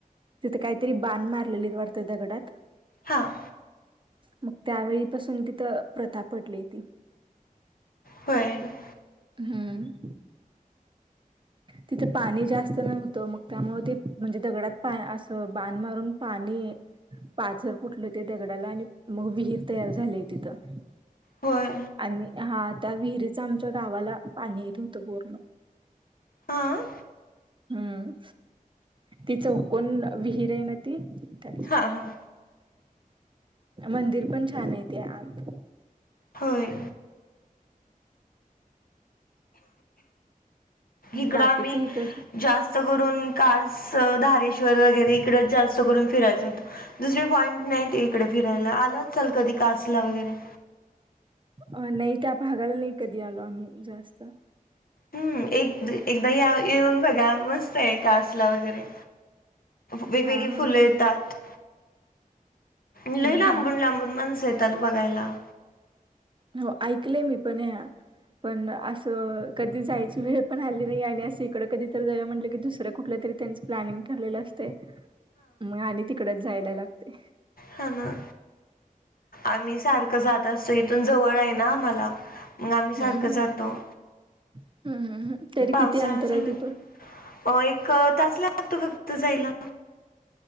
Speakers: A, on the right (about 35°); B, on the left (about 80°).
A: तिथं काहीतरी बाण मारलेलीत वाढत दगडात.
B: हां आ.
A: मग त्यावेळीपासून तिथं प्रथा पडलई ती.
B: होय ना.
A: हम्. तिथं पाणी जास्त नव्हतं मग त्यामुळे ते म्हणजे दगडात असं बाण मारून पाणी पाझर फुटलं ते दगडाला आणि मग विहीर तयार झालेय तिथं
B: होय
A: आणि हा त्या विहिरीचा आमच्या गावाला पाणी येत हो तो पूर्ण
B: हां
A: हम् ति चौकोन विहीर आहे ना ती त्याच
B: हा हा
A: मंदिर पण छान आहेेत आत
B: होय इकडे
A: बाकीच
B: आम्ही
A: इकड
B: जास्त जास्तकरून कास, धारेश्वर वगैरे इकडच जास्त करून फिरायला जातो दुसरी पॉईंट नाही इकडे फिरायला आला असाल कधी कासला वगैरे
A: अ नाही का भागायला नाही कधी आलो आम्ही जास्त
B: हम्म एकदा येऊन बघा मस्त आहे कासला वगैरे वेगवेगळी
A: हा
B: फुलं
A: हा
B: येतात
A: हा.
B: लय
A: हम्म
B: लांबून
A: हम्म.
B: लांबून माणसं येतात बघायला
A: हो ऐकलेय मी पण पण असं कधी जायची वेळ पण आली नाही आणि असं इकडं कधी तर जाऊ म्हटलं की दुसऱ्या कुठल्या तरी त्यांच प्लॅनिंग ठरलेलं असते मग आणि तिकडच जायला लागतय
B: हा ना आम्ही सारखं जात असतो इथून जवळ आहे ना मला मग आम्ही सारखं
A: हम्म
B: जातो
A: हम्म हम्म हम्म तरी
B: पावसाळा
A: किती अंतर
B: झाला,
A: आहे तिथून
B: एक तास ला लागतो फक्त जायला